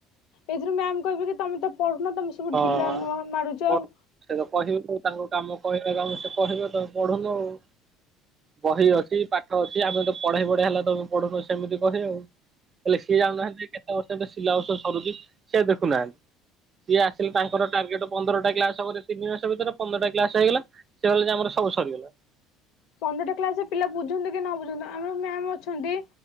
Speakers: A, on the left (about 70°); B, on the right (about 35°).
A: ଏଇ ଥିରେ ମ୍ୟାମ୍ କହିବ କିି ତମେ ତ ପଢୁନ ତମେ ସବୁ
B: ହଁ
A: ଢିଲା ନୁହଁ ମାରୁଛ
B: ହ।
A: ଆଉ।
B: ସେ ତ କହିବେ ତାଙ୍କ କାମ କହିଲେ କାମ ସେ କହିବେ ତମେ ପଢୁନୁ ଆଉ। ବହି ଅଛି ପାଠ ଅଛି ଆମେ ତ ପଢେଇ ପଢେଇ ହେଲା ତମେ ପଢୁନ ସେମିତି କହି ଆଉ। ହେଲେ ସିଏ ଜାଣୁ ନାହାନ୍ତି ଯେ କେତେ ବର୍ଷ ଶିଲା ବର୍ଷ ସରୁଛି ସିଏ ଦେଖୁନାହାନ୍ତି। ସିଏ ଆସିଲେ ତାଙ୍କର ଟାର୍ଗେଟ ପନ୍ଦରଟା କ୍ଲାସ ତିନି ମାସ ଭିତରେ ପନ୍ଦରଟା କ୍ଲାସ୍ ହେଇଗଲା। ସିଏ ଗଲେ ଯେ ଆମର ସବୁ ସରିଗଲା।
A: ପନ୍ଦରଟା କ୍ଲାସ ରେ ପିଲା ବୁଝନ୍ତୁ କି ନ ବୁଝନ୍ତୁ ଆମର ମ୍ୟାମ୍ ଅଛନ୍ତି